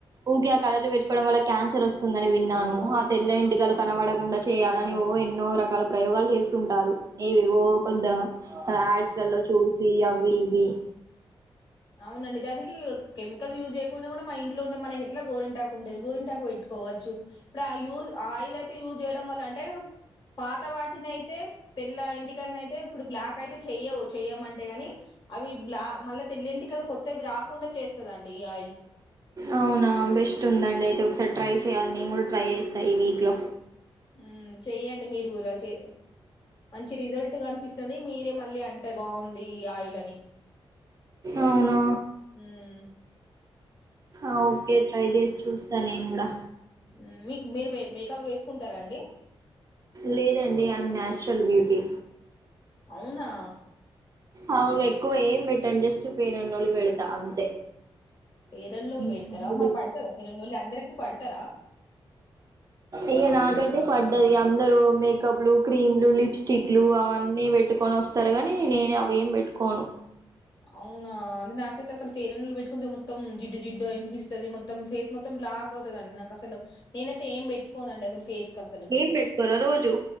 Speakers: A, on the right (about 40°); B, on the left (about 50°).
A: ఊకె ఆ కలర్ లు పెట్టుకోవడం వల్ల క్యాన్సర్ వస్తుందని విన్నాను ఆ తెల్ల ఇంటికాలు కనబడకుండా చేయాలని ఎన్నో రకాల ప్రయోగాలు చేస్తుంటారు ఏవేవో కొద్ద యాడ్స్లలో చూసి అవి ఇవి
B: అవునండి దానికి కెమికల్ యూజ్ చేయకుండా కూడా మన ఇంట్లో ఉండే మనకి ఎట్లా గోరింటాకు ఉంటుది గోరింటాకు పెట్టు కోవచ్చు ఇప్పుడు ఆ యూజ్ ఆయిల్ అయితే యూజ్ చేయడం వల్ల అంటే పాత వాటినయితే తెల్ల ఎంటికని అయితే ఇప్పుడు బ్లాక్ అయితే చెయ్యవు చెయమంటే గాని అవి బ్లాక్ మళ్ళ తెల్లింటికలు కొత్తవి రాకుండా చేస్తదండి ఈ ఆయిల్
A: అవునా బెస్ట్ ఉందండి అయితే ఒకసారి ట్రై చేయాలి నేను కూడా ట్రై చేస్తా ఈ వీక్ లో
B: ఉమ్ చెయ్యండి మీరు కూర చే మంచి రిజల్ట్ కనిపిస్తాది మీరే మళ్ళీ అంటే బాగుంది ఈ ఆయిల్ అని
A: అవునా
B: మ్మ్.
A: ఔ ఓకే ట్రై చేసి చూస్తాను నేను గుడా
B: మ్మ్. మీకు మీరు మేకప్ వేసుకుంటారా అండి
A: లేదండి ఐ యామ్ న్యాచురల్ బ్యూటీ
B: అవునా
A: అవును ఎక్కువ ఏం పెట్టాను జస్ట్ ఫెయిర్ అండ్ లవ్లీ పెడతా అంతే
B: ఫెయిర్
A: <inaudible>
B: అండ్ లవ్లీ పెడతారా మరి పడతదా ఫెయిర్ అండ్ లవ్లీ అందరికి పడతారా
A: ఇక నాకైతే పడ్డది అందరు మేకప్లు క్రీమ్లు లిప్స్టిక్ లు అవన్నీ పెట్ పెట్టుకొని అస్తారు గాని నేనే అవి ఏం పెట్టుకోను
B: అవునా నాకైతే అసలు ఫేరన్ లవ్లీ పెట్టుకుంటె మొత్తం జిడ్డు జిడ్డు అనిపిస్తుంది మొత్తం ఫేస్ మొత్తం బ్లాక్ అవుతాది నాకు అసలు నేనైతే ఏం పెట్టుకోనండి అసలు ఫేస్ అసలు
A: ఏం పెట్టుకోరా రోజు